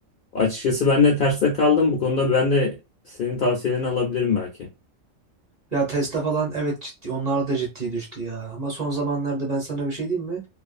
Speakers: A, on the left; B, on the right.
A: Açıkçası ben de terste kaldım. Bu konuda ben de senin tavsiyelerini alabilirim belki.
B: Ya Tesla falan evet ciddi onlar da ciddi düştü ya. Ama son zamanlarda ben sana bir şey diyeyim mi?